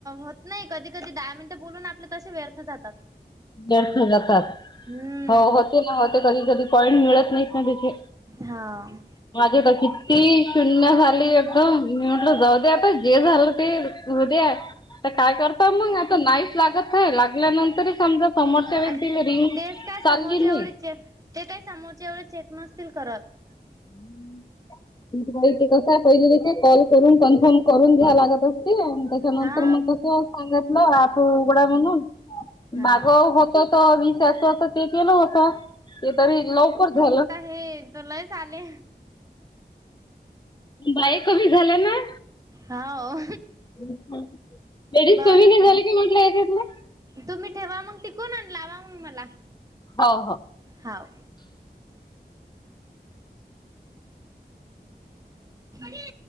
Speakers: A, on the right; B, on the left.
A: होत नाही. कधी कधी दहा मिनटं बोलून आप आपले कसे व्यर्थ जातात.
B: व्यर्थ जातात
A: हम्म
B: हो, होते ना होते कधी कधी पॉइंट मिळत नाहीत ना त्यांचे.
A: हां.
B: माझी तर किती शून्य झाली. एकदम मी म्हटलं. जाऊ दे आता जे झालं ते. होवू दया, तर काय करता मग आता नाहींच लागत ये लागल्यानंतर, समजा समोरच्या व्यक्ती
A: आणि
B: रिंग
A: तेच काय
B: चालली
A: समोरच्या
B: नाही.
A: एवढे चेक ते काही समोरचे एवढे चेक नसतील करत.
B: <inaudible> माहिती कसं आहे, पहिल तिथं कॉल करून कन्फर्म. करून घ्या लागत असते. त्याच्यानंतर
A: हा
B: मग तसं सांगितलं. आप उघडा म्हणून,
A: हा
B: माग होत तर वीस असं ते केलं होत. ते तरी लवकर झालं.
A: हं हे तु लयच आले.
B: बाय कमी झालं ना.
A: हो
B: लेडीज
A: बरं
B: कमी नाही झाली का म्हटलं हे चाललं.
A: तुम्ही ठेवा मग तिकून, आण लावा मग मला.
B: हो. हो.
A: हाव. <unintelligible>